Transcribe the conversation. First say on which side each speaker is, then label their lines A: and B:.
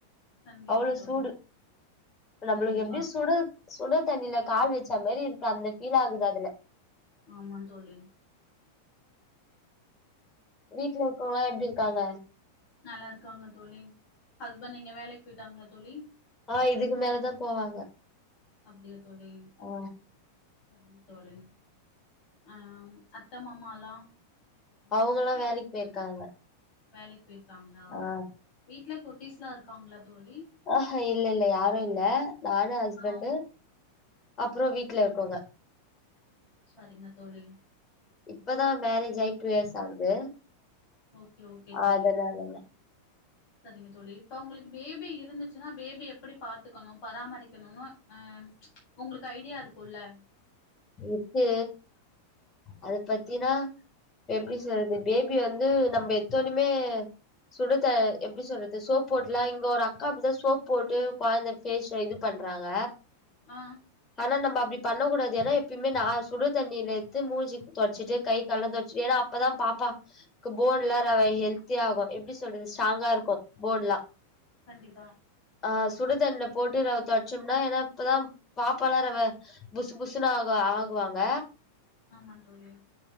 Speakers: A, on the left; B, on the left.
A: கண்டிப்பா
B: அவ்ளோ
A: தோழி
B: சூடு நம்ளுக்கு
A: கண்டிப்பா
B: எப்டி சுடு சுடு தண்ணில கால் வச்சா மேரி இருக்கு அந்த ஃபீல் ஆகுது அதுல
A: ஆமா தோழி
B: வீட்ல இருக்கவுங்ளா எப்டி இருக்காங்க
A: நல்லாருக்காங்க தோழி ஹஸ்பண்ட் எங்க வேலைக்கு போய்ட்டாங்ளா தோழி
B: ஆ இதுக்கு மேலதா போவாங்க
A: அப்டியா தோழி
B: ஆ
A: சரிங்க தோழி ஆ அத்த மாமாலா எங்க
B: அவங்கல்லா
A: தோழி
B: வேலைக்கு போயிருக்காங்க
A: வேலைக்கு போய்ருக்காங்ளா
B: ஆ
A: வீட்ல குட்டீஸ்லா இருக்காங்ளா தோழி
B: ஆஹ இல்ல இல்ல யாரு இல்ல நானு ஹஸ்பண்ட்
A: ஆ
B: அப்புற வீட்ல இருக்கவுங்க
A: சரிங்க தோழி
B: இப்பதா மேரேஜ் ஆயி டூ இயர்ஸ் ஆகுது
A: ஓகே ஓகே தோழி
B: அதனாலங்க
A: சரிங்க தோழி இப்ப உங்களுக்கு பேபி இருந்துச்சுனா பேபி எப்படி பாத்துக்கணு பராமரிக்கணுனு அ அம் உங்ளுக்கு ஐடியாருக்குல்ல
B: இக்கு அது பத்தினா எப் எப்டி சொல்றது பேபி வந்து நம்ம எத்தோணிமே சுடத எப்டி சொல்றது சோப் போட்டுலா இங்க ஒரு அக்கா அப்டிதா சோப் போட்டு ககொழந்த ஃபேஸ்ச இது பண் ண்றாங்க
A: ஆ
B: னா நம்ம அப்டி பண்ணக்கூாது எனா இப் எப்பிமே நா சுடு தண்ணில எத்து மூஞ்சி தொட்சிட்டு கை கால்லா தொட்ச் ஏனா அப்பதா பாப்பாகு போ ஃபோன்லா ரவ ஹெல்த்தியாகு எப்டி சொல்றது ஸ்ட்ராங்கா இருக்கு போன்லா
A: கண்டிப்பா
B: ஆ சுடுதண்ல போட்டு ரவ தொட்ச்சோம்னா ஏனா இப்பதா பாப்பாலா ரவ புஸ்சு புஸ்சுனாகு ஆகுவாங்க
A: ஆமாந் தோழி